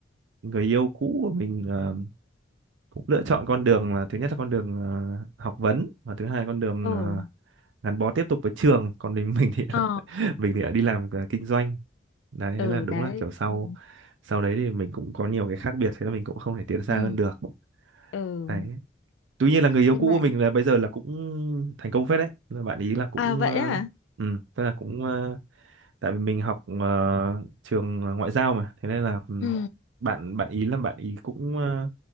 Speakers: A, on the right (about 85°); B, on the left (about 85°).
A: người yêu cũ của mình à, cũng lựa chọn con đường là thứ nhất là con đường à, học vấn và thứ hai con đường
B: ừ
A: à, gắn bó tiếp tục với trường còn mình mình thì
B: ờ
A: <laughs> mình thì đã đi làm à, kinh doanh đấy
B: ừ
A: thế là đúng
B: đấy
A: là kiểu sau
B: ừ
A: sau đấy thì mình cũng có nhiều cái khác biệt thế là mình cũng không thể tiến xa
B: ừ
A: hơn được
B: ừ
A: đấy tuy nhiên là người yêu
B: nhưng
A: cũ
B: mà
A: của mình là bây giờ là cũng thành công phết đấy là bạn ý là cũng
B: à vậy
A: uh,
B: á
A: ừ tức là cũng ờ, tại vì mình học ờ, trường ngoại giao mà thế nên là ừm,
B: ừ
A: bạn bạn ý là bạn ý cũng ờ,